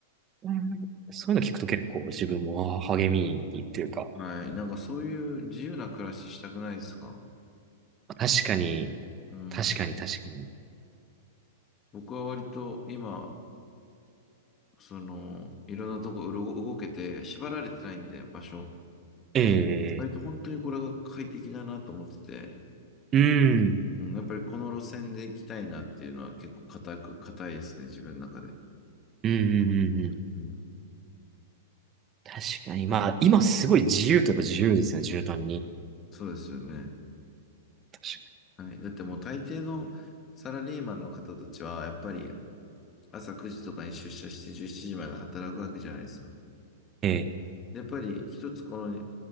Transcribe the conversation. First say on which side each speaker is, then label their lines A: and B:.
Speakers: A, on the right (about 30°); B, on the left (about 30°).
A: うん、そういうの聞くと結構自分もあー励みにっていうか、
B: はい。なんかそういう自由な暮らししたくないですか
A: 確かに、
B: うん。
A: 確かに確かに。
B: 僕は割と今、その、いろんなとこうろ動けて、縛られてないんで、場所。
A: ええ
B: 割と本当にこれが快適だなと思ってて、
A: うん、うん、
B: うん、やっぱりこの路線で行きたいなっていうのは結構固く、固いですね、自分の中で。
A: うん、うん、うん。
B: うん。
A: 確かに。まあ、今すごい自由といえば自由ですね、絨毯に。
B: そうですよね。
A: 確かに。
B: はい。だってもう大抵のサラリーマンの方たちは、やっぱり朝9時とかに出社して17時まで働くわけじゃないですか。
A: ええ、
B: でやっぱり一つこの